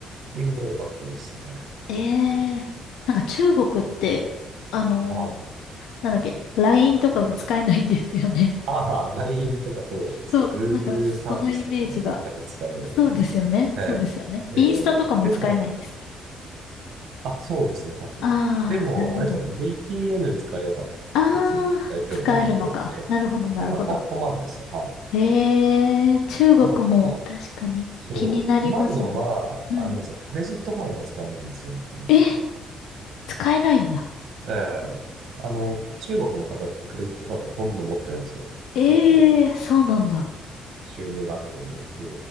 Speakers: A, on the right; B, on the left.
A: 北京も良かったですね。うん。
B: ええ、なんか中国って、あの
A: はい。
B: なんだっけ、LINE とかが使えないんですよね。
A: ああ、LINE とかそうですね。
B: <laughs> そう、
A: Google
B: なんかそのイメージが。
A: サービスとかが全く使えるんです。
B: そうですよね。そうですよね。
A: ええ。ええでも、
B: インスタとかも使えないんですっけ
A: あ、そうですね、多分。
B: ああー、
A: でも、
B: なるほど。
A: あれですよ、
B: あ
A: VPN 使えば別に大丈夫なんで、
B: あ、使えるのか。
A: ええ。
B: なるほど、なるほど。
A: そんなこ困んないですよ。はい。
B: ええー、中国も確かに気になりますね。
A: ただ、こ、そう、困るのは、
B: うん。
A: あれなんですよ、クレジットカードが使えないんですよね、基本的には。
B: え、使えないんだ。
A: ええ。あの、中国の方ってクレジットカードほとんど持ってないんですよ。
B: ええー、
A: 結構
B: そうなんだ。
A: 収入があっても、そ